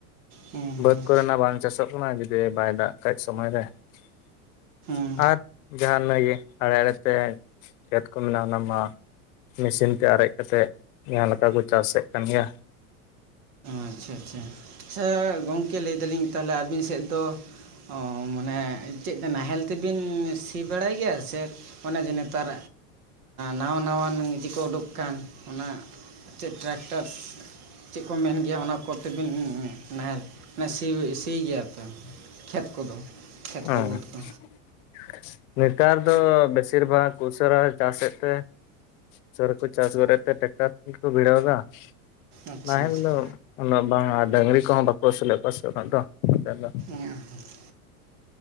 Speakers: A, on the right; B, on the left.
A: ᱦᱮᱸ
B: ᱵᱟᱹᱫᱽ
A: ᱦᱮᱸ
B: ᱠᱚᱨᱮᱱᱟᱜ ᱵᱟᱝ ᱪᱟᱥᱚᱜ ᱠᱟᱱᱟ ᱡᱩᱫᱤ ᱵᱟᱭ ᱫᱟᱜ ᱠᱷᱟᱡ ᱥᱚᱢᱚᱭ ᱨᱮ ᱾
A: ᱦᱮᱸ
B: ᱟᱨ ᱡᱟᱦᱟ ᱱᱟᱹᱜ ᱜᱮ ᱟᱲᱮ ᱟᱲᱮᱛᱮ ᱠᱷᱮᱛ ᱠᱚ ᱢᱮᱱᱟᱜᱼᱟ ᱚᱱᱟ ᱢᱟ ᱢᱮᱥᱤᱱ ᱛᱮ ᱟᱨᱮᱡ ᱠᱟᱛᱮᱫ ᱡᱟᱦᱟᱸ ᱞᱮᱠᱟ ᱠᱚ ᱪᱟᱥᱮᱫ ᱠᱟᱱ ᱜᱮᱭᱟ ᱾
A: ᱟᱪᱷᱟ ᱟᱪᱷᱟ, ᱟᱪᱪᱷᱟ ᱜᱚᱝᱠᱮ ᱞᱟᱹᱭ ᱫᱟᱞᱤᱧ ᱛᱟᱦᱚᱞᱮ ᱟᱹᱵᱤᱱ ᱥᱮᱫ ᱫᱚ ᱚ ᱢᱟᱱᱮ ᱪᱮᱫ ᱱᱟᱦᱮᱞ ᱛᱮᱵᱤᱱ ᱥᱤ ᱵᱟᱲᱟᱭ ᱜᱮᱭᱟ ᱥᱮ ᱚᱱᱮ ᱡᱮ ᱱᱮᱛᱟᱨ ᱱᱟᱣᱟ ᱱᱟᱣᱟᱱ ᱤᱡᱮ ᱠᱚ ᱩᱰᱩᱠ ᱠᱟᱱ ᱚᱱᱟ ᱪᱮᱫ ᱴᱨᱟᱠᱴᱟᱨᱥ ᱪᱮᱫ ᱠᱚ ᱢᱮᱱ ᱜᱮᱭᱟ ᱚᱱᱟ ᱠᱚᱛᱮᱵᱤᱱ ᱱᱟᱦᱮᱞ ᱥᱤ ᱥᱤ ᱜᱮᱭᱟ ᱯᱮ ᱠᱷᱮᱛ ᱠᱚᱫᱚ? ᱠᱷᱮᱛ ᱠᱚ
B: ᱚᱸ
A: ᱵᱟᱹᱫᱽ ᱠᱚ
B: ᱾ ᱱᱮᱛᱟᱨ ᱫᱚ ᱵᱮᱥᱤᱨ ᱵᱷᱟᱜᱽ ᱩᱥᱟᱹᱨᱟ ᱪᱟᱥᱮᱫ ᱛᱮ ᱩᱥᱟᱹᱨᱟ ᱠᱚ ᱪᱟᱥ ᱜᱚᱫ ᱛᱮ ᱴᱨᱟᱠᱴᱟᱨ ᱠᱚᱜᱮ ᱠᱚ ᱵᱷᱤᱲᱟᱹᱣ ᱫᱟ ᱾
A: ᱟᱪᱪᱷᱟ
B: ᱱᱟᱦᱮᱞ
A: ᱟᱪᱪᱷᱟ
B: ᱫᱚ ᱩᱱᱟᱹᱜ ᱵᱟᱝ ᱟᱨ ᱰᱟᱹᱝᱨᱤ ᱠᱚᱦᱚᱸ ᱵᱟᱠᱚ ᱟᱹᱥᱩᱞᱮᱫ ᱠᱚᱣᱟ ᱥᱮ ᱩᱱᱟᱹᱜ ᱫᱚ ᱱᱚᱛᱮ ᱫᱚ ᱾
A: <unintelligible>